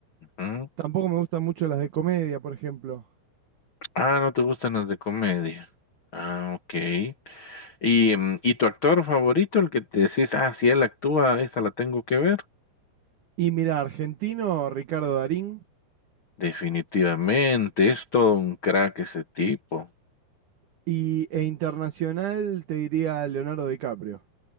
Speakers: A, on the left; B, on the right.
A: Ujú.
B: Tampoco me gustan mucho las de comedia, por ejemplo.
A: Ah, no te gustan las de comedia. Ah, ok. Y, mm, y tu actor favorito, el que te decís, ah, si él actúa, esta la tengo que ver.
B: Y mira, argentino, Ricardo Darín.
A: Definitivamente, es todo un crack ese tipo.
B: Y, e internacional, te diría Leonardo DiCaprio.